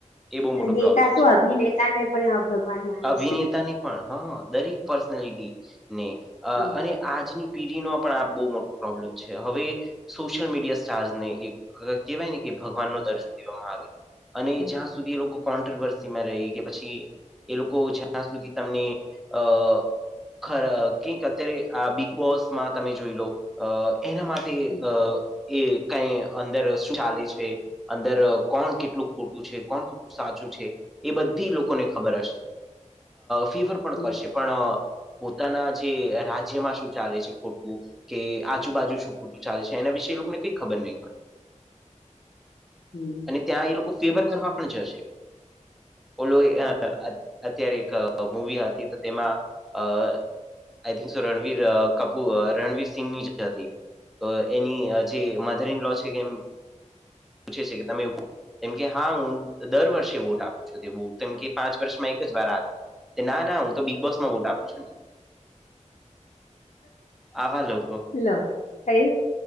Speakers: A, in the centre; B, on the left.
A: એ બહુ મોટો
B: નેતા
A: પ્રોબ્લેમ
B: શું
A: છે,
B: અભિનેતા ને પણ ભગવાન માને
A: અભિનેતાની.
B: છે તો.
A: હ, દરેક પર્સનાલિટી ને
B: હમ.
A: અને. આજની પીઢી નો પણ આ બહુ મોટો પ્રોબ્લેમ છે, હવે સોશિયલ
B: હમ.
A: મીડિયા સ્ટાર્જ ને એક. કેવાય ને કે, ભગવાન નો દર્જન કેવામાં આવે, અને
B: હમ.
A: જ્યાં સુધી એ લોકો કોન્ટ્રોવર્સી માં રહી કે, પછી એ લોકો જ્યાં સુધી તમને અ ખ ક. અત્યારે આ બિગ બોસમાં તમે જોઈ લો, એના માટે
B: હમ.
A: અ એ કઈ અંદર શું ચાલે છે? અંદર કોણ કેટલું ખોટું છે? કોણ સાચું છે, એ બધી લોકો ર હ ફીવર પણ
B: હમ.
A: કરશે, પણ પોતાના જે રાજ્યમાં શું ચાલે છે ખોટું કે આજુબાજુ શું ખોટું ચાલે છે એના વિશે લોકોને કઈ ખબર નહીં હોય. -
B: હમ.
A: અને ત્યાં એ લોકો ફેવર
B: સાચી.
A: કરવા પણ જશે. -
B: <inaudible>
A: ઓલો અત્યારે એક મવી હતી તો તેમાં અ આઈ થિંક રણવીર કપૂર રણવીર સિંંગ ની જ હતી. - તો એની જે મધર ઈન લો છે કે પૂછે છે કે તમે એમ કે હા હું દર વર્ષે વોટ આપું છું તે વો કેમ કે પાંચ વર્ષમાં એક જ વાર આવે ના ના હું તો બિગ બોસ માં વોટ આપું છું ને
B: <inaudible>
A: આવા લોકો
B: લો થયું